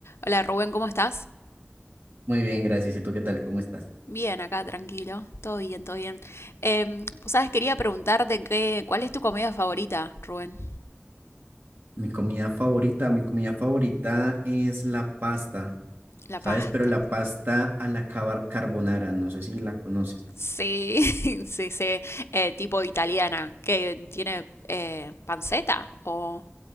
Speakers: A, on the left; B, on the right.
A: Hola Rubén, ¿cómo estás?
B: Muy bien, gracias. ¿Y tú qué tal? ¿Cómo estás?
A: Bien, acá tranquilo, todo bien, todo bien. Em, pues sabes, quería preguntarte qué, ¿cuál es tu comida favorita, Rubén?
B: Mi comida favorita, mi comida favorita es la pasta,
A: La
B: ¿sabes?
A: pasta.
B: Pero la pasta a la cabar- carbonara, no sé si la conoces.
A: Sí, <laughs> sí, sí, eh, tipo italiana, que tiene eh, panceta o